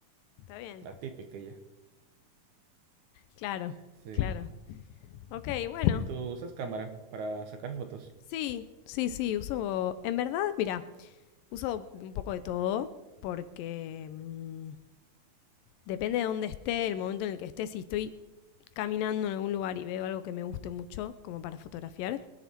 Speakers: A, on the left; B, on the right.
A: Está bien.
B: La típica ya.
A: Claro,
B: Sí.
A: claro. Ok, bueno.
B: ¿Y tú usas cámara para sacar fotos?
A: Sí, sí, sí, uso... En verdad, mira, uso un poco de todo porque mm, depende de dónde esté, el momento en el que esté, si estoy caminando en algún lugar y veo algo que me guste mucho, como para fotografiar,